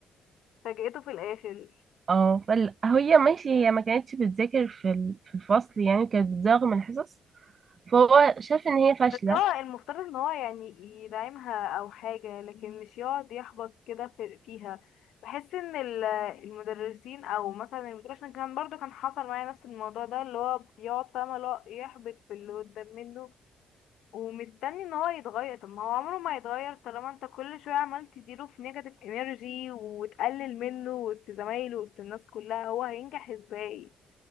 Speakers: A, on the left; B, on the right.
A: فاجأته في الآخر
B: اه فال... هي ماشي هي ما كانتش بتذاكر في ال- في الفصل يعني كانت بتزاغ من الحصص فهو شاف ان هي فاشلة
A: بس هو المفترض ان هو يعني يدعمها او حاجة لكن مش يقعد يحبط كده في فيها بحس ان ال- المدرسين او مثلا المدير عشان كان برضو كان حصل معايا نفس الموضوع ده اللي هو بيقعد فاهمة اللي هو يحبط في اللي قدام منه ومستني ان هو يتغير طب ما هو عمره ما يتغير طالما انت كل شوية عمال تديله في نيجاتيف انرجي وتقلل منه وسط زمايله وسط الناس كلها هو هينجح ازاي